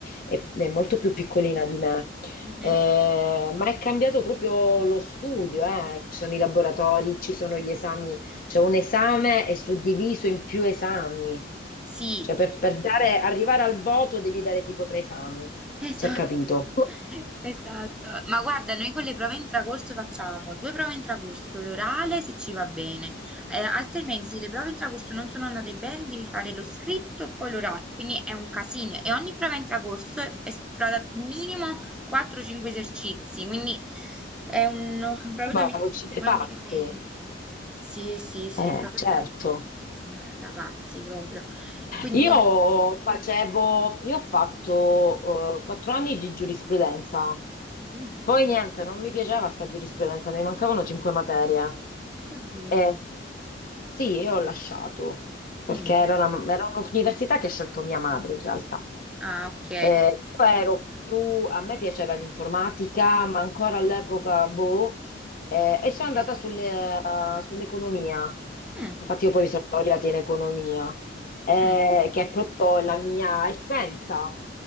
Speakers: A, on the left; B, in the centre.
A: è, è molto più piccolina di me,
B: Mh-mh.
A: Eh, ma è cambiato proprio lo studio, eh. Ci sono i laboratori, ci sono gli esami, c'è un esame è suddiviso in più esami,
B: Sì,
A: cioè per,
B: sì,
A: per dare-
B: sì.
A: arrivare al voto devi dare tipo tre esami, non
B: Esatto,
A: si è capito. <laughs>
B: <laughs> esatto. Ma guarda, noi con le prove intracorso facciamo 2 prove intracorso, l'orale se ci va bene, ehm, altrimenti se le prove intracorso non sono andate bene devi fare lo scritto e poi l'orale, quindi è un casino e ogni prova intracorso è f è strutturata minimo 4 o 5 esercizi, quindi è un <laughs> proprio
A: Ma
B: da mettersi
A: uscite
B: le mani
A: pazze,
B: nei capelli. Sì, sì, sì,
A: eh,
B: è proprio
A: certo.
B: da, me- da pazzi proprio. E quindi,
A: Io facevo, io ho fatto eh, quattro anni di giurisprudenza,
B: mm,
A: poi niente, non mi piaceva sta giurisprudenza, mi mancavano cinque materie.
B: oddio.
A: Eh, Sì, io ho lasciato, perché
B: Mm,
A: era una- era un'università che ha scelto mia madre in realtà.
B: Ah, ok.
A: Eh, io ero più, a me piaceva l'informatica, ma ancora all'epoca, boh, eh, e sono
B: Mm,
A: andata sulle- eh, sull'economia.
B: mm,
A: Infatti io poi mi sono laureata in economia, eh,
B: mm,
A: che è proprio la mia essenza.